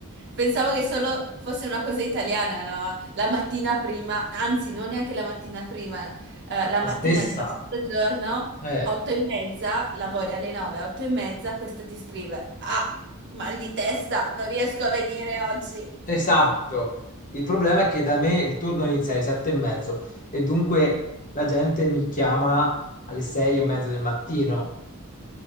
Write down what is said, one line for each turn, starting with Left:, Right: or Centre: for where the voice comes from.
Right: Pensavo che solo fosse una cosa italiana, no? La mattina prima, anzi, non neanche la mattina prima, eh, la mattina
Left: La stessa.
Right: dello stesso giorno,
Left: Eh.
Right: otto e mezza, lavori alle nove, otto e mezza, questa ti scrive, ah, mal di testa, non riesco a venire oggi.
Left: Esatto, il problema è che da me il turno inizia alle sette e mezzo e dunque la gente mi chiama alle sei e mezzo del mattino